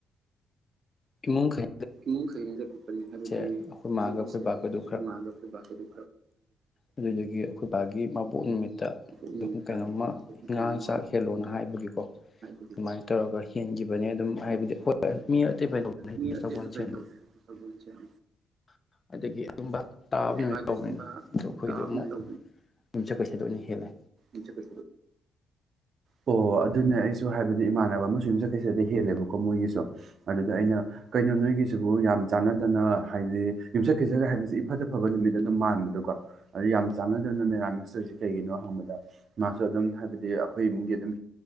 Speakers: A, on the left; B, on the right.
A: ꯏꯃꯨꯡ ꯈꯥꯏ
B: ꯏꯃꯨꯡ ꯈꯩꯅꯄꯅꯤ ꯍꯥꯏꯕꯗꯤꯁꯦ
A: ꯑꯩꯈꯣꯏ ꯃꯥꯒ ꯑꯩꯈꯣꯏ ꯕꯥꯒꯗꯨ
B: ꯃꯒꯕ ꯈꯅꯦ
A: ꯑꯗꯨꯗꯒꯤ ꯑꯩꯈꯣꯏ ꯕꯥꯒꯤ ꯃꯕꯣꯛ ꯅꯨꯃꯤꯠꯇ ꯑꯗꯨꯝ
B: ꯅꯨꯃꯤꯠꯇ
A: ꯀꯩꯅꯣꯝꯃꯥꯡ
B: ꯀꯩꯅꯣꯝꯃ
A: ꯆꯥꯛ ꯍꯦꯜꯂꯣꯅ ꯍꯥꯏꯕ
B: ꯍꯥꯏꯗꯤꯀꯣ
A: ꯑꯗꯨꯃꯥꯏꯅ ꯇꯧꯔꯒ ꯍꯦꯟꯈꯤꯕꯅꯦ ꯑꯗꯨꯝ ꯍꯥꯏꯕꯗꯤ ꯍꯣꯏ ꯃꯤ ꯑꯇꯩ
B: ꯃꯤ ꯑꯇꯩꯁꯨ ꯂꯩꯇꯕ
A: ꯆꯟꯅ
B: ꯁꯒꯣꯜꯁꯦꯜ
A: <unintelligible> ꯑꯗꯒꯤ ꯑꯗꯨꯝꯕ ꯇꯥꯕ ꯅꯨꯃꯤꯠ
B: ꯀꯥꯏ
A: ꯇꯧꯕꯅꯤꯅ ꯑꯗꯣ ꯑꯩꯈꯣꯏꯗ
B: ꯇꯥꯕꯅ
A: ꯑꯃꯨꯛ ꯌꯨꯝ ꯆꯀꯣꯏꯁꯗ ꯑꯣꯏꯅ ꯍꯦꯜꯂꯦ
B: ꯏ ꯀꯁ ꯑꯣ ꯑꯗꯨꯅꯦ ꯑꯩꯁꯨ ꯍꯥꯏꯕꯗꯤ ꯏꯃꯥꯟꯅꯕ ꯑꯃꯁꯨ ꯌꯨꯝꯖꯠꯈꯩꯁꯗ ꯍꯦꯜꯂꯦꯕꯀꯣ ꯃꯣꯏꯒꯤꯁꯨ ꯑꯗꯨꯗ ꯑꯩꯅ ꯀꯩꯅꯣ ꯅꯣꯏꯒꯤꯁꯤꯕꯨ ꯌꯥꯝ ꯆꯥꯟꯅꯗꯅ ꯍꯥꯏꯗꯤ ꯌꯨꯝꯁ ꯈꯤꯖꯒ ꯍꯥꯏꯕꯁꯤ ꯏꯐꯠꯇ ꯐꯕ ꯅꯨꯃꯤꯠ ꯑꯗꯨꯝ ꯃꯥꯟꯕꯗꯀꯣ ꯑꯗꯨ ꯌꯥꯝ ꯆꯥꯟꯅꯗꯅ ꯃꯦꯔꯥꯃꯤꯛꯁꯇꯔꯁ ꯀꯩꯒꯤꯅꯣ ꯍꯪꯕꯗ ꯃꯥꯁꯨ ꯑꯗꯨꯝ ꯍꯥꯏꯕꯗꯤ ꯑꯩꯈꯣꯏ ꯏꯃꯨꯡꯒꯤ ꯑꯗꯨꯝ